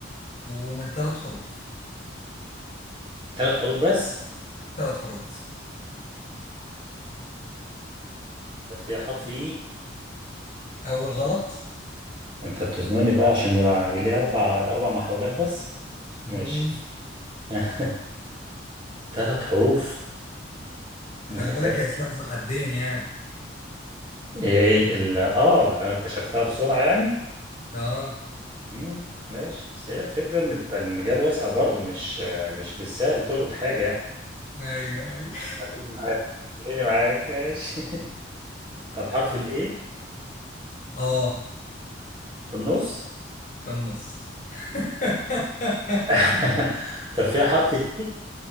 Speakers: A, on the left (about 40°); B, on the right (about 25°).
A: ومن ثلاث حروف
B: ثلاث حروف بس
A: ثلاث حروف بس
B: ده فيها حرف اي
A: أول غلط
B: انت بتزنوني بقى عشان يبقى ليه اربع اربع محاولات بس ماشي
A: مم.
B: <laughs> ثلاث حروف محتاج
A: خلي بالك يا سلاح ذو حدين يعني
B: ايه ال اه لو انا اكتشفتها بسرعة يعني
A: اه
B: مم. ماشي بس هي الفكرة ان تبقى المجال واسع برضو مش مش بالسهل تلقط حاجة يعني
A: ايوه ايوه
B: خليني معاك خليني معاك ماشي <laughs> طب حرف
A: <laughs>
B: الايه
A: طب، اه
B: في النص
A: في النص <laughs>
B: <laughs> طب فيها حرف تي